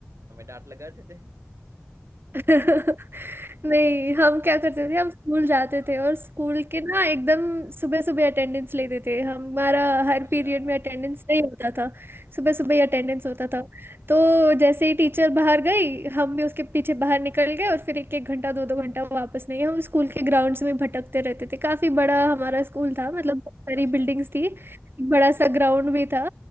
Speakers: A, on the right; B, on the right.
A: हमें डांट लगा देते
B: <laughs> नहीं
A: वो
B: हम क्या करते थे हम स्कूल जाते
A: तो
B: थे और स्कूल के ना एकदम सुबह सुबह अटेंडेंस लेते थे हमारा हर
A: अच्छा
B: पीरियड में अटेंडेंस नहीं होता था सुबह
A: हाँ
B: सुबह ही अटेंडेंस होता था तो जैसे ही टीचर बाहर गई हम भी उसके पीछे बाहर निकल गए और फिर एक एक घंटा दो दो घंटा वापस नहीं हम स्कूल के ग्राउंड्स में भटकते रहते थे काफी बड़ा
A: <laughs>
B: हमारा स्कूल था मतलब बहुत सारी
A: अच्छा
B: बिल्डिंग्स थी एक बड़ा
A: जी
B: सा ग्राउंड भी था